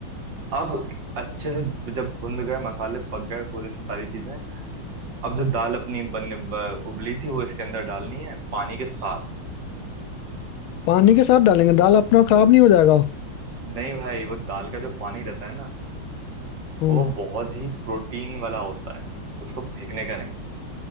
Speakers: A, on the right; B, on the left.
A: अब अच्छे से जब भुन गए मसाले पक गए पूरी सारी चीजें अब जो दाल अपनी बनने ब- उबली थी वो इसके अंदर डालनी है पानी के साथ
B: पानी के साथ डालेंगे दाल अपना खराब नहीं हो जाएगा
A: नहीं भाई वो दाल का जो पानी रहता है ना
B: हम्म
A: वो बहुत ही प्रोटीन वाला होता है उसको फेंकने का नहीं